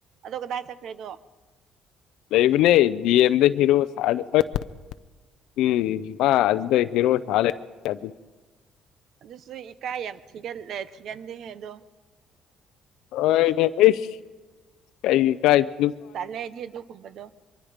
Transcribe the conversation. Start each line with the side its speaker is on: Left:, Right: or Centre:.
Right: ꯑꯗꯣ ꯀꯗꯥꯏ ꯆꯠꯈ꯭ꯔꯦꯗꯣ꯫
Left: ꯂꯩꯕꯅꯦ ꯗꯤ ꯑꯦꯝꯗ ꯍꯦꯔꯣ ꯁꯥ <unintelligible> ꯎꯝ ꯃꯥ ꯑꯁꯤꯗ ꯍꯤꯔꯣ ꯁꯥ ꯂꯩꯔꯦ ꯍꯖꯤꯛ ꯫
Right: ꯑꯗꯨꯁꯨ ꯏꯀꯥꯏ ꯌꯥꯝ ꯊꯤꯒꯜ ꯊꯤꯒꯟꯗꯦꯍꯦ ꯑꯗꯣ꯫
Left: ꯍꯣꯏꯅꯦ ꯏꯁ ꯀꯩꯒꯤ ꯏꯀꯥꯏ ꯫
Right: ꯇꯜꯂꯦ ꯑꯩꯗꯤ ꯑꯗꯨꯒꯨꯝꯕꯗꯣ꯫